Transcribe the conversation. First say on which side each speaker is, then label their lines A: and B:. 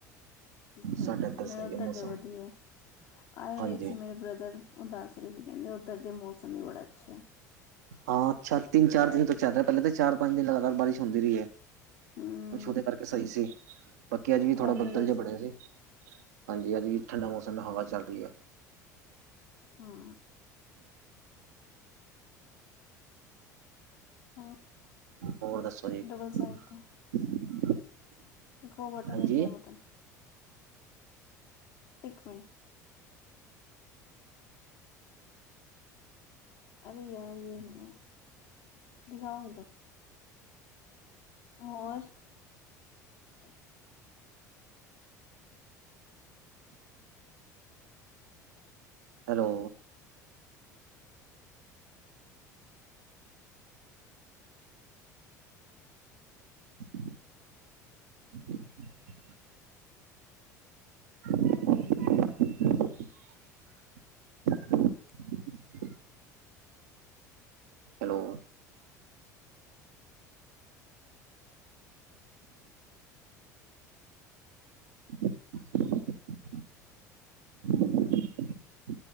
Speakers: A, on the left; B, on the right.
A: ਅੱਛਾ
B: ਸਾਡੇ
A: -ਅੱਛਾ
B: ਇੱਧਰ
A: ਨਾਂ
B: ਸਹੀ
A: ਓਧਰ
B: ਹੈ ਮੌਸਮ
A: ਦਾ ਵਧੀਆ, ਆਏ ਹੋਏ
B: ਹਾਂਜੀ
A: ਸੀ ਮੇਰੇ ਬ੍ਰਦਰ ਓ ਦੱਸ ਰਏ ਸੀ ਕੇਂਦੇ ਓਧਰ ਦੇ ਮੌਸਮ ਬੜਾ ਅੱਛਾ।
B: ਹਾਂ ਅੱਛਾ ਤਿੰਨ -ਚਾਰ ਦਿਨ ਤੋਂ ਚੱਲ ਰੇਆ ਪੇਲੇ ਤਾਂ ਚਾਰ -ਪੰਜ ਦਿਨ ਲਗਾਤਾਰ ਬਾਰਿਸ਼ ਹੁੰਦੀ ਰਈ ਏ।
A: ਹੂੰ
B: ਕੁਛ ਓਦੇ ਕਰਕੇ ਸਹੀ ਸੀ, ਬਾਕੀ ਅੱਜ ਵੀ ਥੋੜ੍ਹਾ
A: ਕਹਿੰਦੇ
B: ਬੱਦਲ
A: ਪਏ
B: ਜੇ ਬਣੇ ਸੀ। ਹਾਂਜੀ ਅੱਜ ਵੀ ਠੰਡਾ ਮੌਸਮ ਹਵਾ ਚੱਲ ਰਈ ਐ।
A: ਹਾਂ ਹੋਰ?
B: ਹੋਰ ਦੱਸੋ? ਜੀ
A: ਡਬਲ ਸਾਈਡ ਤੋਂ
B: <inaudible>
A: ਇੱਕ ਓ ਬਟਨ
B: ਹਾਂਜੀ
A: ਏ ਇੱਕ ਏ ਬਟਨ ਇੱਕ ਮਿੰਟ ਅਰੇ ਯਾਰ ਯੇ ਨੀ ਆ ਦਿਖਾਓ ਏਧਰ। ਹੋਰ? ਅੱਛਾ। <inaudible>
B: hello <inaudible> <inaudible> <inaudible> ਹੈਲੋ <inaudible> <inaudible>